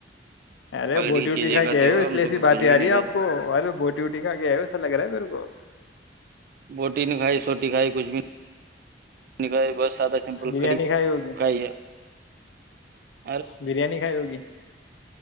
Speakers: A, on the left (about 70°); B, on the right (about 50°).
A: ارے
B: کوالٹی
A: بوٹی
B: کی
A: وٹی
B: چیزیں
A: کا
B: کھاتے
A: گ ہے ہو اس
B: ہم
A: لیے
B: تو
A: ایسی
B: کچھ
A: بات ہی
B: بھی
A: آ
B: نہیں
A: رہی ہے
B: کھاتا
A: آپ کو ارے بوٹی وٹیھا گ ہے ہو ایسا لگ رہا ہے میرے کو
B: بوٹی نہیں کھائی سوٹی کھائی کچھ بھی نہیں نکا بس سادا سمپل
A: بریانی
B: کڑی
A: کھائی ہوگی
B: کھائی ہے ج <unintelligible>
A: بریانی کھائی ہوگی